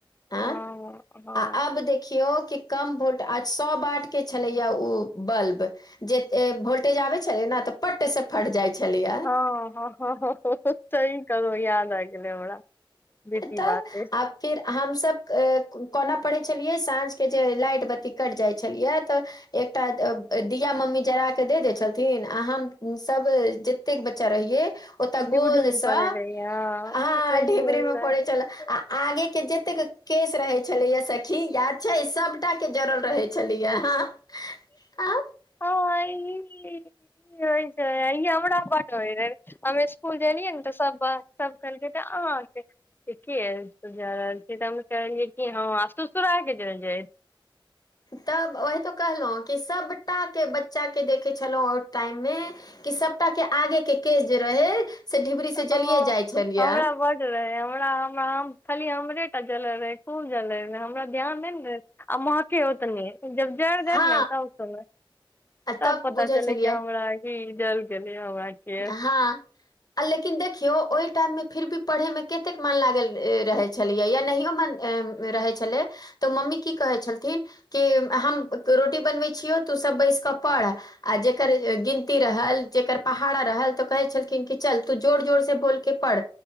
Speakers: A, on the left (about 45°); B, on the left (about 25°).
A: अँ
B: हँ हँ
A: आ अब देखियौ कि कम वोल्ट आ सौ बाटके छलैया उ बल्ब जे ए वोल्टेज आबै छलै ने तऽ छोटे से फट जाइ छलैए
B: हँ हं हं हं सही कहलहुँ याद आबि गेलै हमरा बी पीबाके
A: तऽ
B: <unintelligible>
A: आ फिर हम सभ कोना पढ़य छलियै साँझके जे लाइट-बत्ती कटि जाइ छलैया तऽ एकटा एब ए दिया मम्मी जरा कऽ दै दैत छलथिन आ हम सभ जे जतेक बच्चा रहियै ओतय
B: डिबडीम
A: गोलस,
B: करै रहियै हँ
A: हॅं
B: सही
A: ढेबरीमे
B: बोललै
A: पढ़य छलए आ आगेके जतेक केस रहै छलैया सखी याद छै सबटाके जड़ल रहय छलियै हॅं आ
B: हँ अ हो छै अ हमरा बड्ड होइ रहै हमे- कुल गेलियै न तऽ सभ सभ कहलकै तऽ अहाँके ठिके ऐ सुझा रहल छीै तऽ हम कहलियै कि हँ आ सुरसुरा के चल जाय
A: तब ओहे तो कहलहुँ कि सभटाके बच्चाके देखै छलहुँ ओहि टाइममे कि सभटा के आगे के केश जे रहै से ढिबरी से
B: हँ
A: जलिये जाइ छलये
B: हमरा बड हमरा हम हम खाली हमरेटा जलल रहे खूब जले नै हमरा ध्यान नहि ने देत आ महके ओतने जब जरि जायत
A: हँ
B: ने तब सुनब
A: आ
B: तब पता
A: बुझै
B: चलै
A: छलियै
B: कि हमरा ही जल गेलै हमरा केश
A: हं आ लेकिन देखियौ ओहि टाइममे फिर भी पढ़ैमे कतेक मन लागल रहै छलैए या नहियो मन रहय छलै तऽ मम्मी की कहै छलथिन्ह कि हम रोटी बनबै छियौ तू सभ बैस कऽ पढ़ आ जकर गिनती रहल जकर पहाड़ा रहल तऽ कहै छलखिन कि चल तू जोर जोर से बोलके पढ़